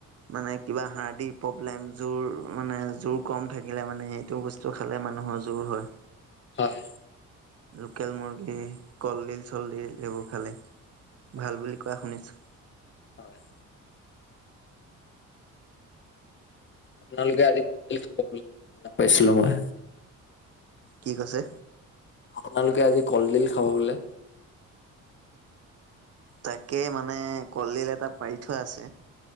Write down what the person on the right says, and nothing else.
মানে কিবা হাৰ্ডি প্ৰব্লেম, জোৰ মানে জোৰ কম থাকিলে মানে, সেইটো বস্তু খালে মানুহৰ জোৰ হয়।
লোকেল মুৰ্গী, কলডিল চলডিল এইবোৰ খালে,
ভাল বুলি কোৱা শুনিছোঁ।
কি কৈছে?
তাকেই মানে কলডিল এটা পাৰি থোৱা আছে।